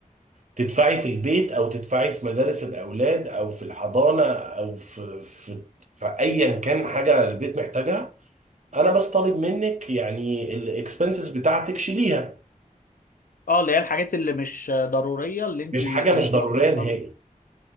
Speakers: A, on the right; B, on the left.
A: تدفعي في البيت او تدفعي في مدارس الاولاد او في الحضانه او في في في ايا كان حاجه البيت محتاجها انا بس طالب منك يعني الاكسبنسز بتاعتك شيليها
B: اه اللي هي الحاجات اللي مش ضروريه اللي انت
A: مش
B: اه
A: حاجه مش ضروريه نهائي
B: آه،